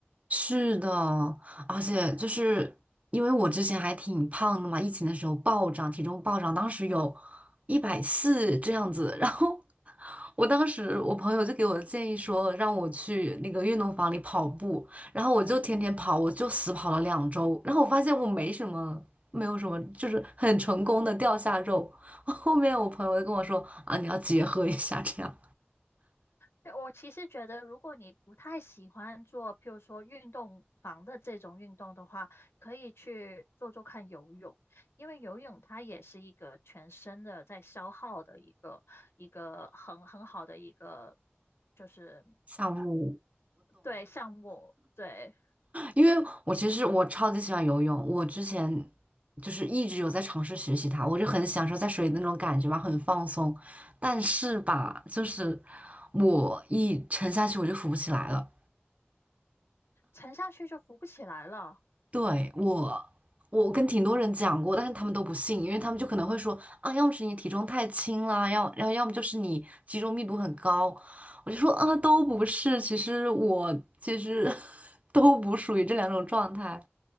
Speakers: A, on the right (about 35°); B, on the left (about 80°).
A: 是的，而且就是因为我之前还挺胖的嘛，疫情的时候暴涨，体重暴涨，当时有一百四这样子。<laughs> 然后我当时我朋友就给我的建议说，让我去那个运动房里跑步，然后我就天天跑，我就死跑了两周，然后我发现我没什么，没有什么，就是很成功的掉下肉。<laughs> 后面我朋友就跟我说啊，你要结合一下这样
B: 对，我其实觉得，如果你不太喜欢做，譬如说运动房的这种运动的话，可以去做做看游泳，因为游泳它也是一个全身的在消耗的一个一个很很好的一个就是
A: 项目。
B: 对项目，对，
A: 因为我其实我超级喜欢游泳，我之前就是一直有在尝试学习它，我就很享受在水里的那种感觉吧，很放松。但是吧，就是我一沉下去我就浮不起来了。
B: 沉下去就浮不起来了。
A: 对，我，我跟挺多人讲过，但是他们都不信，因为他们就可能会说啊，要么是你体重太轻啦，要要要么就是你肌肉密度很高。我就说啊，都不是，其实我其实 <laughs> 都不属于这两种状态，